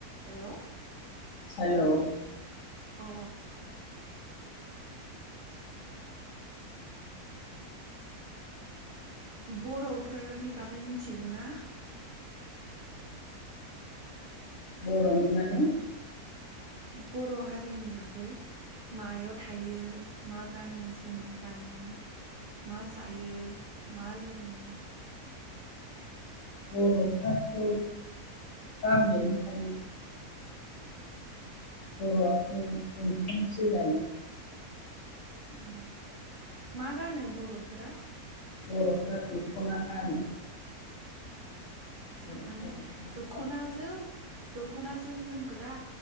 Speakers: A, on the right; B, on the left.
A: हेलौ
B: हेलौ
A: अ <inaudible> बर'फोरनि बागै मिनथिगौ ना हेलौ
B: बर'नि माने
A: बर' हारिनि बागै मायाव थायो मा गाननाय जोमनाय गानो मा जायो मा लोङो?
B: बर'फ्राथ' गामियावनो थायो। बर'आथ' ओंखामसो जायो
A: आ मा गानो बर'फोरा
B: बर'फ्रा दख'ना गानो
A: ए
B: बर'फ्रा
A: माने
B: दख'ना
A: दख'नाजों
B: गानो
A: दखना जों जोमग्रा